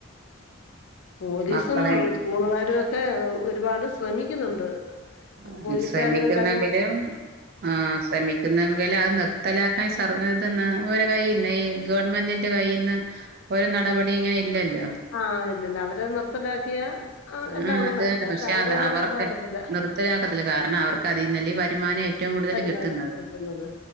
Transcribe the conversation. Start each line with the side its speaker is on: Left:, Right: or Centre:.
Left: പോലീസും
Right: മക്കളെ
Left: സ്കൂള്കാരു ഒക്കെ ഒരുപാട് ശ്രമിക്കുന്നുണ്ട്
Right: ആഹ്
Left: പോലീസുകാരും
Right: ശ്രമിക്ക്ന്നെങ്കിലും
Left: തന്നെ
Right: ആഹ് ശ്രമി ക്ക്ന്നെങ്കിലത് നിർത്തലാക്കാൻ സർ ഇത്‌ന്ന് വെരെ കയ്യിന്നെ ഈ ഗവൺമെന്റിന്റെ കയ്യിന്ന് ഒര് നടപടി ഇങ്ങെനെ ഇല്ലെല്ലോ
Left: ആഹ് ഇല്ലല്ലാ അവരത് നിർത്തലാക്കിയാ എല്ലാവർക്കും
Right: ആഹ് അത്
Left: നല്ലതാ.
Right: തന്നെ പക്ഷെ
Left: അവര്
Right: അത് അവർക്ക്
Left: നിർത്തലാക്കത്തില്ല.
Right: നിർത്തലാക്കത്തില്ല കാരണം അവർക്ക് അതീന്നല്ലേ വരുമാനേ റ്റവും കൂട്തല്
Left: വരുമാനമാണ്
Right: കിട്ട്ന്നത്
Left: കിട്ടുന്നത്.